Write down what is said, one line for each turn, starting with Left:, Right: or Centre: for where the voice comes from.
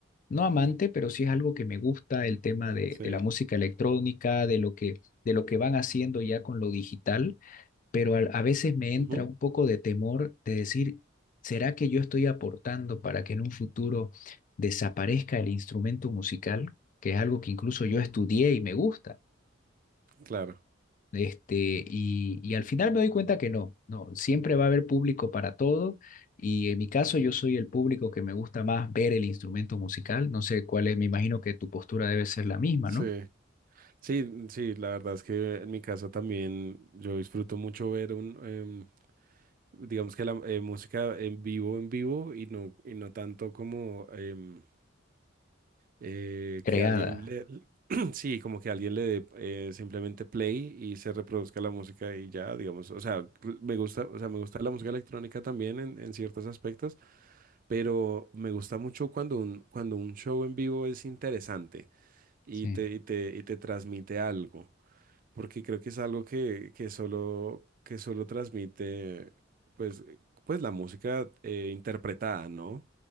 Left: no amante, pero sí es algo que me gusta, el tema de,
Right: sí.
Left: de la música electrónica, de lo que, de lo que van haciendo ya con lo digital, pero a, a veces me entra
Right: Ujú,
Left: un poco de temor de decir, ¿será que yo estoy aportando para que en un futuro desaparezca el instrumento musical, que es algo que incluso yo estudié y me gusta?
Right: Claro,
Left: Este, y, y al final me doy cuenta que no, no, siempre va a haber público para todo. Y en mi caso, yo soy el público que me gusta más ver el instrumento musical. No sé cuál es, me imagino que tu postura debe ser la misma,
Right: sí.
Left: ¿no?
Right: Sí, sí, la verdad es que en mi caso también yo disfruto mucho ver un, em, digamos que la eh, música en vivo, en vivo y no, y no tanto como em, eh,
Left: Creada.
Right: que alguien le, <clears throat> sí, como que alguien le dé eh, simplemente play y se reproduzca la música y ya, digamos, o sea, cl- me gusta, o sea, me gusta la música electrónica también en, en ciertos aspectos, pero me gusta mucho cuando un, cuando un show en vivo es interesante y
Left: Sí,
Right: te, y te, y te transmite algo porque creo que es algo que, que solo, que solo transmite, pues, pues la música eh, interpretada, ¿no?